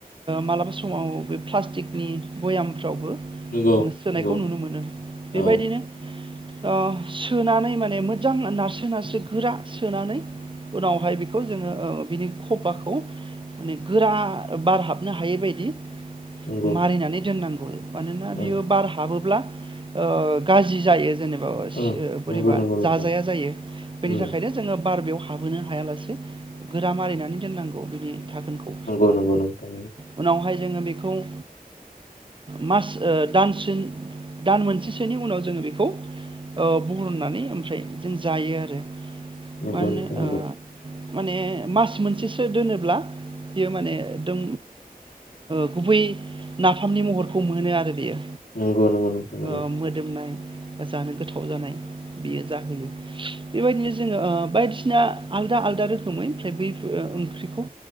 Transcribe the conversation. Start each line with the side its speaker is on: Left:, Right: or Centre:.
Right: मालाबा समाव, बे प्लास्टिकनि भयामफ्रावबो।
Left: नंगौ
Right: जो सोनायखौ
Left: नंगौ
Right: नुनो मोनो। बेबायदिनो
Left: औ
Right: ओ सोनानै माने मोजां नारस्रो नारस्रो गोरा सोनानै उनावहाय बेखौ जोङो ओ बिनि खफाखौ माने गोरा बार हाबनो हायै बादि
Left: नंगौ
Right: मारिनानै दोननांगौ मानोना
Left: उम
Right: बियो बार हाबो ब्ला ओ गाज्रि जायो जेब
Left: उम
Right: बोरैबा
Left: नंगौ नंगौ नोंथां
Right: जाजाया जायो बेनि
Left: उम
Right: थाखायनो जोंङो बार बेयाव हाबहोनो हायालासे गोरा मारिनानै दोननांगौ बिदि। थागोनखौ
Left: नंगौ नंगौ नोंथां
Right: उनावहाय सिफुं ओ मास दानसिम दान मोनसेसोनि उनाव जोंङो बेखौ ओ बुरननानै ओमफ्राय जों जायो आरो
Left: नंगौ
Right: मा होनो
Left: नोंथां
Right: ओ माने मास मोनसेसो दोनोब्ला बियो माने दों ओ गुबै नाफामनि महरखौ मोनो आरो बेयो।
Left: नंगौ नांगौ नंगौ।
Right: ओ मोदोमनाय बा जानो गोथाव जानाय बेयो जाहोयो बेबायदिनो जोङो बायदिसिना आलदा आलदा रोखोमै ओमफ्राय बैफोर। ओंख्रिखौ